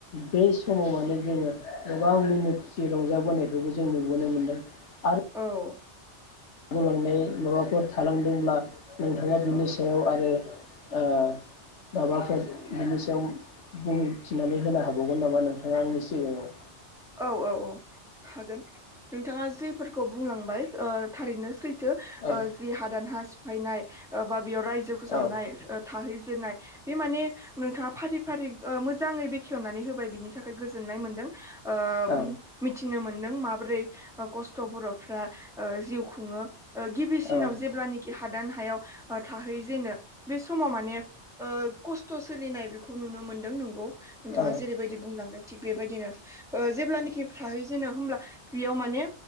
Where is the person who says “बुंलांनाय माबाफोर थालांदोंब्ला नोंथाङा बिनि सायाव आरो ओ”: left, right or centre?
Left